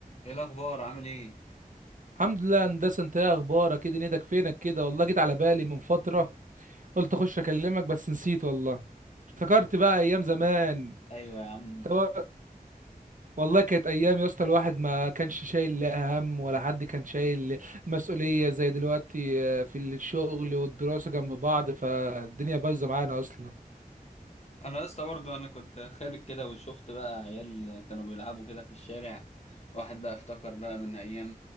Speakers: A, on the left; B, on the right.
A: ايه الاخبار عامل ايه
B: الحمد لله يا هندسه انت ايه اخبارك ايه دنيتك فينك كده والله جيت على بالي من فتره قلت اخش اكلمك بس نسيت والله افتكرت بقى ايام زمان
A: ايوه يا عم
B: طب- والله كانت ايام يا اسطى الواحد ما كانش شايل لا هم ولا حد كان شايل مسؤوليه زي دلوقتي آه، في الشغل والدراسه جنب بعض فالدنيا بايظه معانا اصلا
A: انا يا اسطى برضه انا كنت خارج كده وشفت بقى عيال كانوا بيلعبوا كده في الشارع واحد بقى افتكر بقى من ايام